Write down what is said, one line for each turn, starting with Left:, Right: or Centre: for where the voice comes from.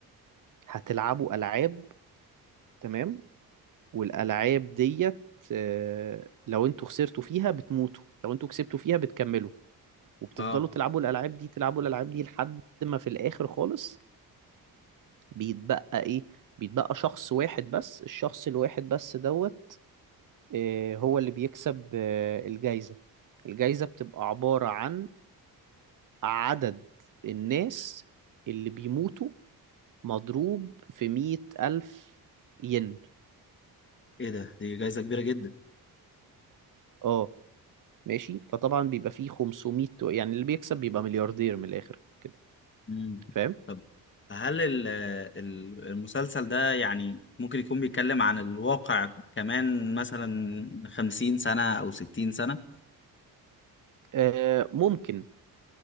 Right: هتلعبوا ألعاب تمام والألعاب ديت آه، لو انتوا خسرتوا فيها بتموتوا لو انتوا كسبتوا فيها بتكملوا وبتفضلوا
Left: اه
Right: تلعبوا الألعاب دي تلعبوا الألعاب دي لحد ما في الآخر خالص بيتبقى ايه بيتبقى شخص واحد بس الشخص الواحد بس دوت آه، هو اللي بيكسب آه، الجايزة الجايزة بتبقى عبارة عن عدد الناس اللي بيموتوا مضروب في مية ألف ين
Left: ايه ده دي جايزة كبيرة جدا
Right: اه ماشي فطبعا بيبقى فيه 500 يعني اللي بيكسب بيبقى ملياردير من الآخر كده
Left: مم.
Right: فاهم
Left: طب هل ال- ال- المسلسل ده يعني ممكن يكون بيتكلم عن الواقع كمان مثلا خمسين سنة أو ستين سنة؟
Right: آه ممكن